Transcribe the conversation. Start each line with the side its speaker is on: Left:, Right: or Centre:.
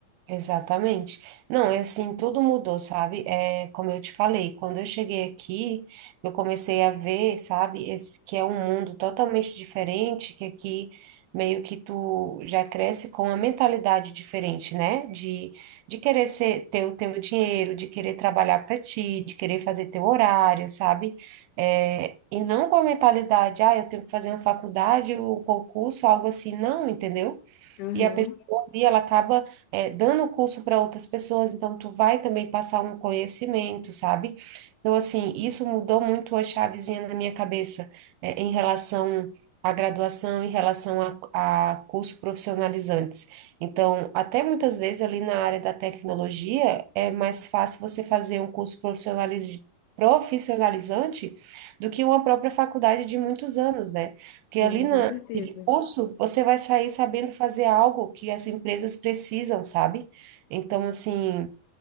Right: exatamente. Não, é assim, tudo mudou, sabe? É, como eu te falei, quando eu cheguei aqui, eu comecei a ver, sabe, esse que é um mundo totalmente diferente, que aqui meio que tu já cresce com uma mentalidade diferente, né? De, de querer ser, ter o teu dinheiro, de querer trabalhar para ti, de querer fazer teu horário, sabe? É, e não com a mentalidade, ah, eu tenho que fazer uma faculdade, um concurso, algo assim, não, entendeu?
Left: Aham,
Right: E a pessoa ali, ela acaba eh, dando curso para outras pessoas, então tu vai também passar um conhecimento, sabe? Então, assim, isso mudou muito a chavezinha na minha cabeça eh, em relação à graduação, em relação a, a curso profissionalizantes. Então, até muitas vezes ali na área da tecnologia, é mais fácil você fazer um curso profissionaliz- profissionalizante do que uma própria faculdade de muitos anos, né? Porque
Left: sim,
Right: ali na
Left: com certeza.
Right: aquele curso, você vai sair sabendo fazer algo que as empresas precisam, sabe? Então, assim.